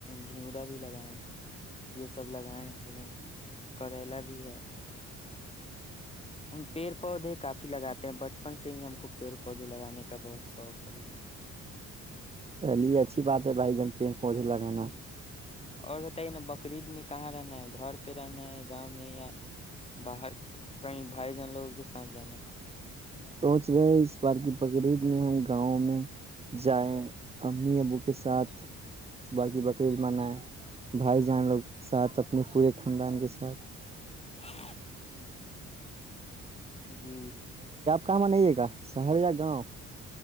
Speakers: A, on the left (about 20°); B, on the right (about 20°).
A: گھوڑا بھی لگایا یہ سب لگائیں بھائی جان کریلا بھی ہے پیر پودے کافی لگاتے ہیں بچپن سے ہی ہم کو پیور پودے لگانے کا بہت سوگ ہے بھائی جان
B: جی اچھی بات ہے بھائی جان پی لگانا
A: اور بتائیے نا بکر عید میں کہاں رہنا ہے گھر پہ رہنا ہے گاؤں میں یا باہر کہیں بھائی جان لوگوں کے ساتھ جانا ہے
B: سوچ رہے ہیں اس بار کی پگڑی میں ہم گاؤں میں جائیں امی ابو کے ساتھ صبح کی بکریز منائیں بھائی جان لوگ ساتھ اپنے پورے خاندان کے ساتھ
A: <inaudible> ہے جی
B: کم نہیں ہے گا سر یا گاؤں